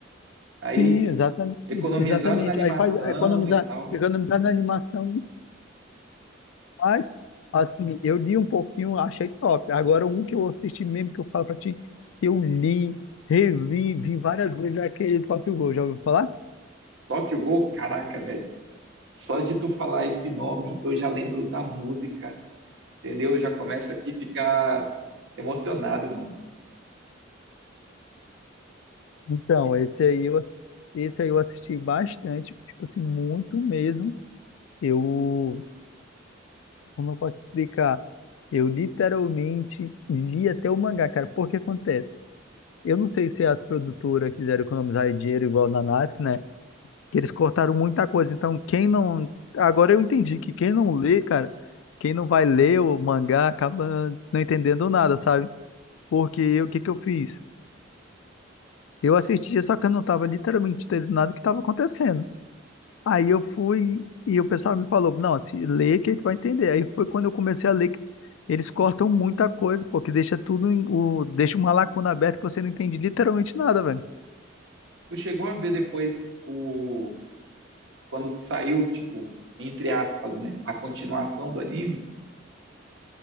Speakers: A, on the right (about 65°); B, on the left (about 80°).
A: Aí
B: Sim, exatamente,
A: economizaram
B: exatamente.
A: na animação
B: Aí faz economizar,
A: e tal.
B: economizar na animação faz. Assim, eu li um pouquinho, achei top. Agora, um que eu assisti mesmo, que eu falo pra ti, que eu li, revi, vi várias vezes, é aquele Tokyo Ghoul. Já ouviu falar?
A: Tokyo Gol, caraca, velho. Só de tu falar esse nome, eu já lembro da música. entendeu? Já começa aqui a ficar emocionado, mano.
B: Então,
A: Que
B: esse aí eu, esse aí eu assisti bastante, tipo assim, muito mesmo. Eu, como eu posso explicar? Eu literalmente li até o mangá, cara. Porque acontece? Eu não sei se a produtora quiseram economizar dinheiro igual na Natsu, né? Que eles cortaram muita coisa. Então, quem não. Agora eu entendi que quem não lê, cara, quem não vai ler o mangá acaba não entendendo nada, sabe? Porque o que que eu fiz? Eu assistia, só que eu não tava literalmente entendendo nada do que estava acontecendo. Aí eu fui e o pessoal me falou, não, se lê que tu vai entender. Aí foi quando eu comecei a ler que eles cortam muita coisa, pô, que deixa tudo em, o, deixa uma lacuna aberta que você não entende literalmente nada, velho.
A: tu chegou a ver depois o quando saiu, tipo, entre aspas, né, a continuação do anime?